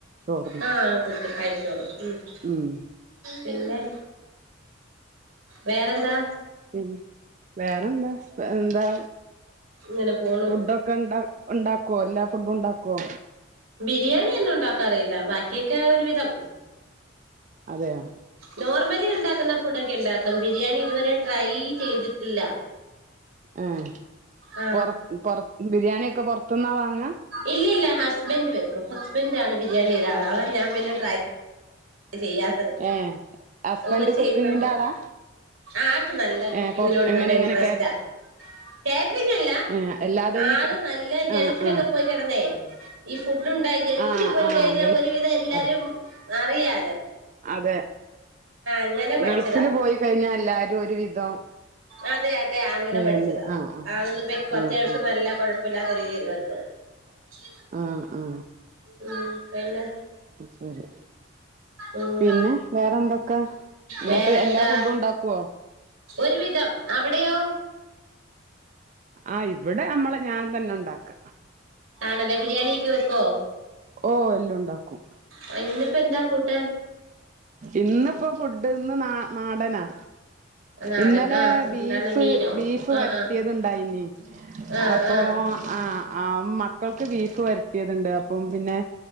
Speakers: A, on the right; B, on the right.
A: ചോറിന്
B: ആ കുട്ടി കഴി <unintelligible>
A: ഉം
B: പിന്നെ വേറെന്താ?
A: പിന്നെ വേറെന്താ എന്താ
B: ഇങ്ങനെ പോണു
A: ഫുഡൊക്കെ ഉണ്ട ഉണ്ടാ കൊല്ല ഫുഡ് ഉണ്ടാക്കോ?
B: രിയാണി ഒന്നും ഉണ്ടാക്കാ അറിയില്ല. ബാക്കിയൊക്കെ ഒരു വിധം.
A: അതെ യാ
B: നോർമലി ഉണ്ടാക്കുന്ന ഫുഡ് ഒക്കെ ഇണ്ടാക്കും. ബിരിയാണി ഇതുവരെ ട്രൈ ചെയ്തിട്ടില്ല.
A: ആ
B: ആഹ്
A: പൊറ പൊറ ബിരിയാണി ക്കെ പൊറത്തുന്ന വാങ്ങ
B: ഇല്ല ഇല്ല ഹസ്ബന്റ് വെക്ക് <unintelligible> ഹസ്ബന്റാണ് ബിരിയാണിയുടെ ആളാവ ഞാ മെ ്രൈ ചെയ്യാത്തത്
A: ഏഹ് ഹസ്ബൻഡ്
B: ഓര് ചെയ്യുന്നുണ്ട്
A: കുക്കിങ്ങിന്റെ ആളാ
B: ആക്ക് നല്ല കുക്കിങ്ങിനോട്
A: ഏഹ് പൊറ എങ്ങനെ
B: നല്ല
A: എങ്ങനെ
B: ഇൻട്രസ്റ്റാ
A: കേറ്റ
B: കാറ്ററിങ്ങല്ല
A: ഏഹ് അല്ലാതെ ഈ
B: ആള് നല്ല ഗൾഫിലൊക്കെ
A: ആഹ് ആഹ്
B: പോയി കിടന്നേ ഇഫ് ഫുഡ് ഉണ്ടായി ഗൾഫിൽ
A: ആഹ്
B: പോയി
A: ആഹ്
B: കഴിഞ്ഞാൽ
A: ഗൾഫ്
B: ഒരുവിധം എല്ലാവരും
A: അതെ
B: അറിയാ
A: അതെ
B: അങ്ങനെ പഠിച്ചതാ
A: ഗൾഫ്ന് പോയി കഴിഞ്ഞാ എല്ലാരും ഒരു വിധം
B: അതെ അതെ അങ്ങനെ
A: പിന്നെ
B: പഠിച്ചതാ
A: ആഹ് ആഹ്
B: ആള് വെക്കും അത്യാവശ്യം
A: ആഹ്
B: നല്ല കൊഴപ്പമില്ലാത്ത രീതിൽ <unintelligible>
A: ആ ആ
B: ഉം പിന്നെ
A: ശരി
B: ഉം
A: പിന്നെ വേറെന്തൊക്കെ ഇന്ന്ട്ട്
B: വേറെന്താ
A: എല്ലാ ഫുഡും ഉണ്ടാക്കുവോ
B: ഒരുവിധം അവിടെയോ
A: ആ ഇവിടെ നമ്മളെ ഞാൻ തന്നെ ഉണ്ടാക്ക
B: <unintelligible> ബിരിയാണിയ ഒക്കെ വെക്കോ
A: ഓ എല്ലാം ഉണ്ടാക്കും
B: ആ ഇന്നിപ്പോ എന്താ കൂട്ടാൻ
A: ഇന്ന് ഇപ്പ ഫുഡ് ഇന്ന് നാടനാ
B: നാടൻ
A: ഇന്നലെ
B: ആഹ്
A: ബീഫ്
B: എന്താണ് മീനോ
A: ബീഫ്
B: ആഹ്
A: വരട്ടിയത്ണ്ടായിനി
B: ആഹ്
A: അപ്പോ
B: ആഹ് ആഹ്
A: ആ ആ മക്കൾക്ക് ബീഫ് വരട്ടിയയതുണ്ട് അപ്പം പിന്നെ